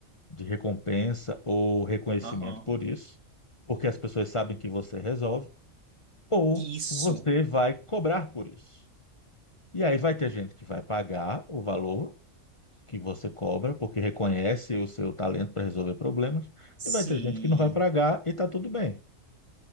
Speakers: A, on the left (about 25°); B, on the right (about 65°).
A: de recompensa ou reconhecimento
B: Aham.
A: por isso, porque as pessoas sabem que você resolve, ou
B: Isso,
A: você vai cobrar por isso. E aí vai ter gente que vai pagar o valor que você cobra, porque reconhece o seu talento para resolver problemas,
B: sim.
A: e vai ter gente que não vai pagar e está tudo bem.